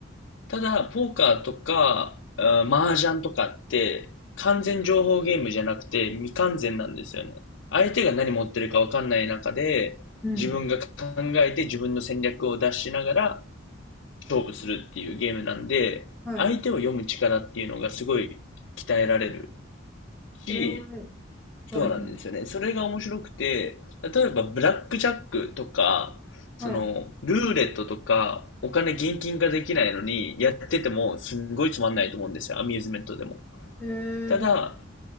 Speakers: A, on the left; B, in the centre.
A: ただ、ポーカーとか、あー麻雀とかって、完全情報ゲームじゃなくて、未完全なんですよね。相手が何持ってるかわかんない中で、
B: うん。
A: 自分が考えて自分の戦略を出しながら勝負するっていうゲームなんで、
B: はい。
A: 相手を読む力っていうのがすごい鍛えられる。し、
B: へえ、はい、
A: そうなんですよね。それが面白くて、例えばブラックジャックとか、
B: はい。
A: その、ルーレットとか、お金現金化できないのに、やっててもすんごいつまんないと思うんですよ。アミューズメントでも。
B: へえ、
A: ただ、
B: はい。